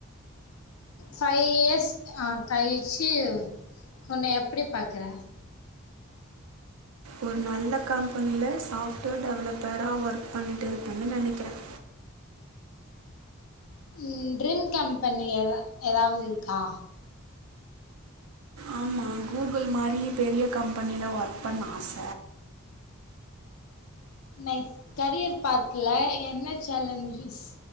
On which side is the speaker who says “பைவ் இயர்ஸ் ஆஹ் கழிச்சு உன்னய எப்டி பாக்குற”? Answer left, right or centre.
Left